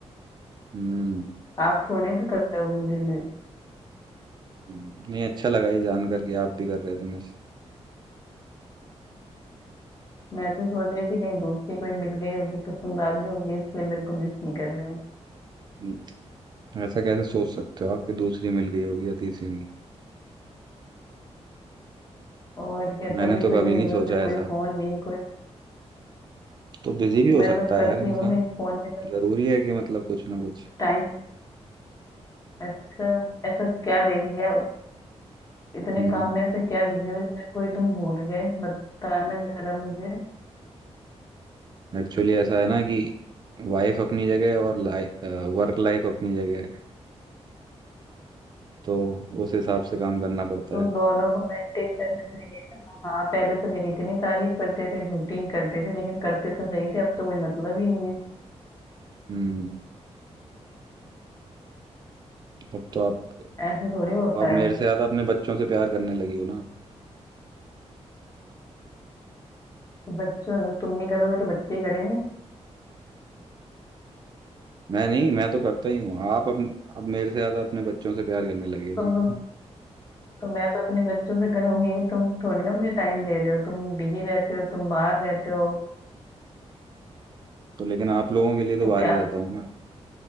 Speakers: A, on the right; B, on the left.
A: हम्म
B: आप थोड़ी ना कर रहे हो मुझे मिस
A: हम्म, नहीं अच्छा लगा ये जान कर कि आप भी कर रहे थे मिस
B: मैं तो सोच रही थी कहीं दूसरी कोई मिल गई होगी पसंद आ गई होगी इसलिए मेरे को मिस नहीं कर रहे हो
A: हम्म, ऐसा कैसे सोच सकते हो आप कि दूसरी मिल गई होगी या तीसरी मिल
B: और क्या
A: मैंने
B: तभी
A: तो
B: तो
A: कभी
B: इतने
A: नहीं
B: दिनों
A: सोचा
B: से कोई
A: ऐसा
B: फोन नहीं कोई
A: तो बिजी भी हो
B: मैं
A: सकता
B: तो करती
A: है यार इंसान
B: हूँ मैं फोन में करती
A: ज़रूरी है कि मतलब कुछ ना कुछ
B: टाइम अच्छा ऐसा क्या देख लिया इतने
A: हम्म
B: काम में से क्या बिजी हो जो मेरे को ही तुम भूल गए बताना जरा मुझे
A: एक्चुअली ऐसा है ना कि वाइफ अपनी जगह है और लाइफ वर्क लाइफ अपनी जगह है तो उस हिसाब से काम करना पड़ता
B: तो
A: है
B: दोनों को मेंटेन करना चाहिए ना हाँ पहले तो मेरी इतनी तारीफ करते थे झूठी ही करते थे लेकिन करते तो सही थे अब तो कोई मतलब ही नहीं है
A: हम्म अब तो आप
B: ऐसा थोड़ी होता
A: आप
B: है
A: मेरे से ज़्यादा अपने बच्चों से प्यार करने लगी हो ना
B: तो बच्चों अगर तुम नहीं करोगे तो बच्चे ही करेंगे
A: मैं नहीं मैं तो करता ही हूँ आप अब अब मेरे से ज्यादा अपने बच्चों से प्यार करने लगे
B: तुम
A: ना
B: तो, तो मैं तो अपने बच्चों से करूंगी तुम थोड़ी ना मुझे टाइम दे रहे हो तुम बिजी रहते हो तुम बाहर रहते हो
A: तो लेकिन आप लोगों के लिए तो
B: तो
A: बाहर
B: क्या
A: ही रहता हूँ मैं